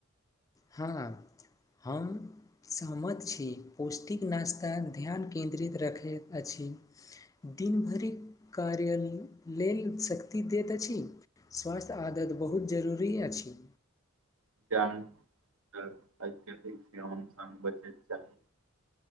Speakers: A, on the left; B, on the right.
A: हँ हम सहमत छी पौष्टिक नास्ता ध्यान केन्द्रित रखैत अछि दिन भरिक कार्य लेल सक दैत अछि स्वास्थ्य आदत बहुत जरूरी अछि
B: <inaudible> <unintelligible> जान आइकेँ से आन सान बचैके चाही